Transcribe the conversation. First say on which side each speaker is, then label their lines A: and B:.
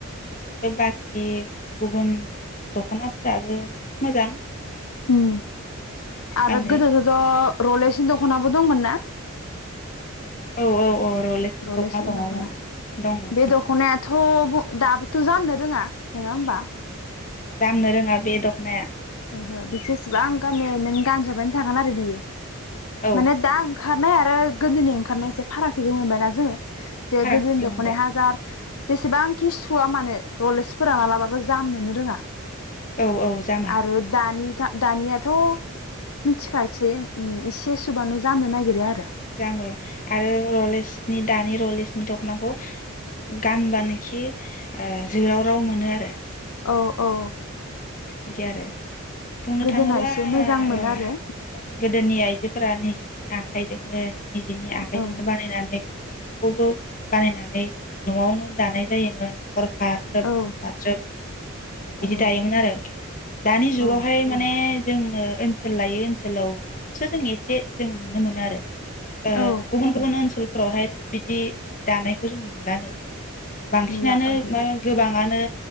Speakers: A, on the left; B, on the left.
A: बे बाखि गुबुन दख'नाफोराबो मोजां।
B: उम आरो
A: गाननो
B: गोदोथ' रलेसनि दख'नाबो दंमोन ना?
A: औ औ औ रलेक्सनि
B: रलेजनि
A: दङमोन
B: दख'ना
A: दंमोन
B: बे
A: दंमोन
B: दख'नायाथ' बु दाबोथ' जाननो रोङा नङा ओमबा?
A: जामनो रोङा बे दख'नाया।
B: ओहो बे जसेबां गान नों गानजाबानो थागोन आरो बियो।
A: औ
B: माने दा ओंखारनाय आरो आरो गोदोनि ओंखारनाय एसे फारागथिखौ मोनबाय ना जोङो। जे
A: फारागथिखौ
B: गोदोनि दख'नाय
A: मोनबाय
B: हाजार जेसेबांखि सु सुवा मानो रलेसफोरा मालाबाबो जामनोनो रोङा।
A: औ औ जामा
B: आरो दानि दानियाथ' मिथिखायासै एसे सुबानो जामनो नागिरो आर
A: जामो आरो रलेजनि दानि रलेजनि दख'नाखौ गानबानोखि ओ जोराव राव मोनो आरो
B: औ औ
A: इदि आरो बुंनो
B: गोदोना
A: थाङोब्ला
B: एसे मोजांमोन
A: ओ
B: आरो
A: गोदोनि आइज आयजोफोरा निजनि आखाइजोंनो निजेनि आखाइजोंनो
B: औ
A: बानायनानै खुन्दुंखौबो बानायनानै न'आवनो दानाय जायोमोन हरफा थ्रोब
B: औ
A: सानफा थ्रोब बिदि
B: औ
A: दायोमोन आरोखि दानि जुगावहाय
B: औ
A: माने जोङो ओनसोल लायै ओनसोलावसो जों एसे जों नुनो मोनो आरो ओ
B: औ
A: गुबुन गुबुन अनसोल फोरावहायथ' बिदि दानायखौ जों नुलानो। बांसिनानो
B: नुला ओहो
A: मा गोबाङान ओ